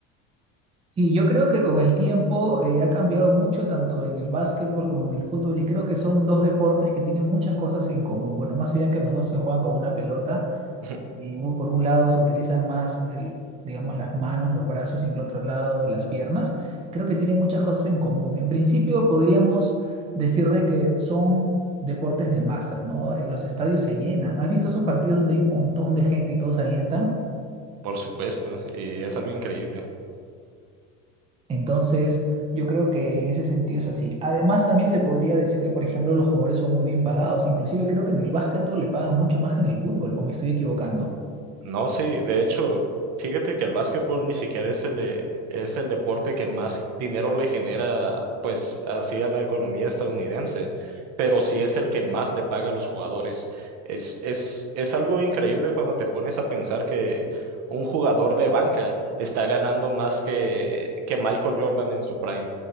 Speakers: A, on the right; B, on the right.
A: Sí, yo creo que con el tiempo eh, ha cambiado mucho tanto en el básquetbol como en el fútbol y creo que son dos deportes que tienen muchas cosas en común. Bueno, más allá que los dos se juegan con una pelota
B: <laughs>
A: y u- por un lado se utilizan más, el- digamos, las manos, los brazos y en el otro lado las piernas, creo que tienen muchas cosas en común. En principio podríamos decir de que son deportes de masas, ¿no? Eh, los estadios se llenan. ¿Has visto esos partidos donde hay un montón de gente y todos alientan?
B: Por supuesto, y es algo increíble.
A: Entonces, yo creo que en ese sentido es así. Además, también se podría decir que, por ejemplo, los jugadores son muy bien pagados. Inclusive creo que en el básquetbol le pagan mucho más que en el fútbol, o me estoy equivocando.
B: No, sí, de hecho, fíjate que el básquetbol ni siquiera es el, eh, es el deporte que más dinero le genera, pues, así a la economía estadounidense, pero sí es el que más le paga a los jugadores. Es, es, es algo increíble cuando te pones a pensar que un jugador de banca está ganando más que, que Michael Jordan en su prime.